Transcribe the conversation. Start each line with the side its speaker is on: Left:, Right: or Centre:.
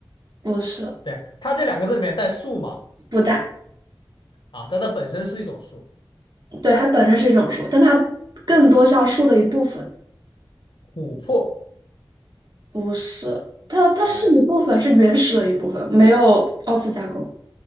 Right: 不是
Left: 对，它这两个字里面带树吗？
Right: 不带。
Left: 啊，但它本身是一种树，
Right: 对，它本身是一种树，但它更多像树的一部分，
Left: 琥珀
Right: 不是，它它是一部分，
Left: ，OK
Right: 是原始的一部分，没有二次加工，